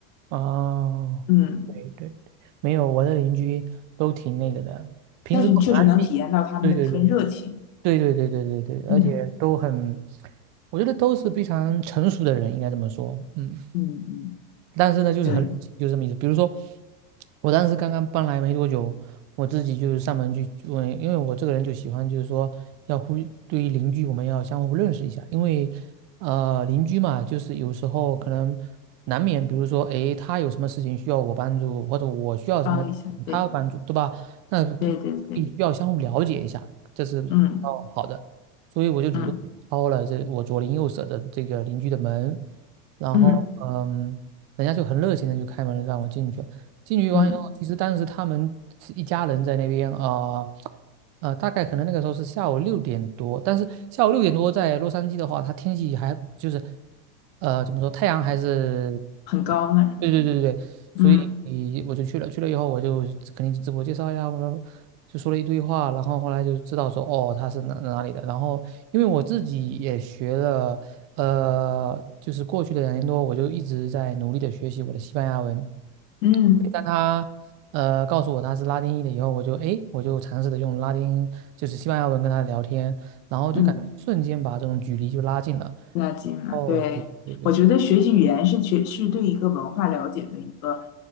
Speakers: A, on the right; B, on the left.
A: 哦，
B: 嗯。
A: 对对，没有，我的邻居都挺那个的，平时都很安静。
B: 但是你确实能体验到他们的那份热情。
A: 对对对对对对对对对，
B: 嗯
A: 而且都很，我觉得都是非常成熟的人，应该这么说。嗯。
B: 嗯嗯，
A: 但是呢，就是很冷清，
B: 对，嗯
A: 就这么意思。比如说，我当时刚刚搬来没多久，我自己就是上门去问，因为我这个人就喜欢，就是说要互对于邻居，我们要相互认识一下，因为呃邻居嘛，就是有时候可能难免，比如说诶，他有什么事情需要我帮助，或者我需要什么事情他要帮助，
B: 帮一下，对
A: 对吧？那不必要相互了解一下，
B: 对对对，
A: 这是比较好的。
B: 嗯
A: 所以我就主动敲了这我左邻右舍的这个邻居的门，
B: 嗯
A: 然后嗯。
B: 嗯
A: 人家就很热情的就开门让我进去，了。进去完以后，
B: 嗯，
A: 其实当时他们是一家人在那边啊。呃呃，大概可能那个时候是下午六点多，但是下午六点多在洛杉矶的话，它天气还就是，呃，怎么说，太阳还是，
B: 很高呢，是吧？
A: 对对对对对，所以
B: 嗯
A: 我就去了，去了以后我就肯定是自我介绍呀，我说就说了一堆话，然后后来就知道说哦他是哪哪里的，然后因为我自己也学了，呃，就是过去的两年多我就一直在努力的学习我的西班牙文。
B: 嗯
A: 当他呃告诉我他是拉丁裔的以后，我就诶，我就尝试着用拉丁就是西班牙文跟他聊天，然后就感觉瞬间把这种距离就拉近了。
B: 嗯。那近了，
A: 哦，
B: 对，
A: 对对对
B: 我觉得学习语言是学是对一个文化了解的一个